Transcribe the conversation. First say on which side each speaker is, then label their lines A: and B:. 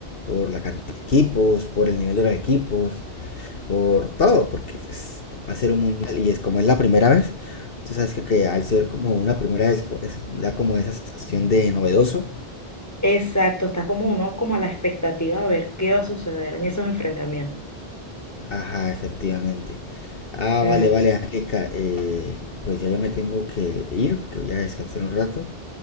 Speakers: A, on the left; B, on the left.
A: por la cantidad de equipos, por el nivel de los equipos, por todo, porque pues va a ser un mundial y es como es la primera vez, tú sabes que, que al ser como una primera vez co- es- da como esa sensación de novedoso
B: Exacto, está como uno como a la expectativa de ver qué va a suceder en esos enfrentamientos.
A: Ajá, efectivamente. Ah,
B: Mm,
A: vale, vale, Angélica. eh, pues ya yo me tengo que ir porque voy a descansar un rato.